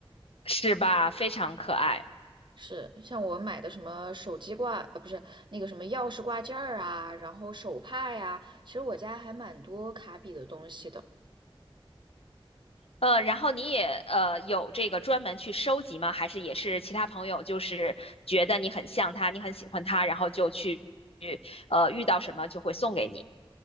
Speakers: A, on the left; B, on the right.
A: 是吧？非常可爱。
B: 是像我买的什么手机挂，呃，不是那个什么钥匙挂件儿啊，然后手帕呀，其实我家还蛮多卡比的东西的。
A: 呃，然后你也呃有这个专门去收集吗？还是也是其他朋友就是觉得你很像他，你很喜欢他，然后就去呃遇到什么就会送给你？